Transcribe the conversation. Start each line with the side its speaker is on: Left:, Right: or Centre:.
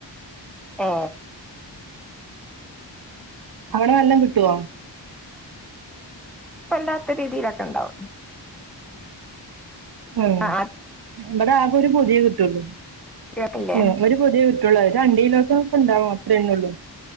Centre: ആ
Right: അവിടെ നല്ലെ കിട്ടുവോ
Centre: ഇപ്പല്ലാത്ത രീതിയിലൊക്കെയിണ്ടാകും
Right: ഉം
Centre: ആഹ്
Right: ഇവിടെ ആക ഒരു പൊതിയേ കിട്ടുള്ളൂ
Centre: കേട്ടില്ലേ
Right: ഉം ഒരു പൊതിയേ കിട്ടൂ ത് രണ്ടീലൊക്കെടുത്തെ ഉണ്ടാവും അത്രന്നെ ഉള്ളു